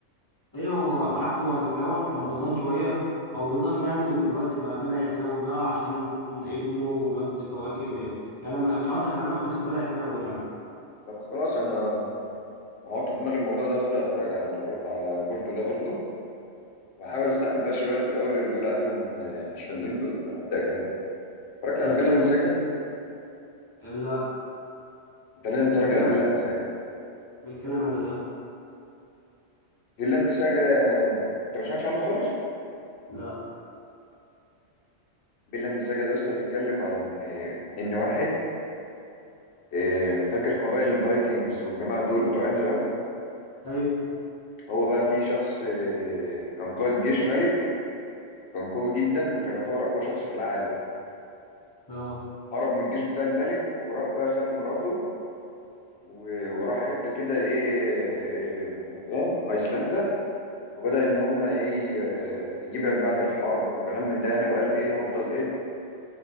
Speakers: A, on the left; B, on the left.
A: ايه هو عارف هو في الاول كان بيضان شويه او بيضان يعني ودلوقتي بقى بدأ يحلو بقى عشان ابنه والواد كواكل اللي... يعني انا مش عاوز احرق لك بس بدأ يحلو يعني
B: طب خلاص انا هحط في دماغي الموضوع ده هبدأ اتفرج على نارو... على بورتو ده برضو وهحاول استحمل بقى شويه اللي في الاول اللي بيقولوا عليهم آه، مش حلوين دول وهبدأ اكمل اتفرجت على
A: ده في
B: فيلاند
A: انميات
B: ساجا
A: تانية؟ لا
B: انت لازم تتفرج
A: بيتكلم
B: على فيلاند ساجا
A: بيتكلم عن إيه ده
B: فيلاند ساجا آه، انت ما سمعتش عنه خالص
A: لا
B: فيلاند ساجا ده اصلا بيتكلم عن آه، ان واحد آه، فاكر قبائل الفايكنجز والجماعه دول بتوع ايام زمان
A: ايوه
B: هو بقى في شخص آه، كان قائد جيش ملك كان قوي جدا كان يعتبر اقوى شخص في العالم
A: اه
B: هرب من الجيش بتاع الملك وراح بقى خد مراته و- وراح حتة كده إيه إيه، مكان أيسلندا وبدأ إن هما إيه آه، يبعد بقى عن الحرب والكلام من ده يعني وقال إيه هفضل إيه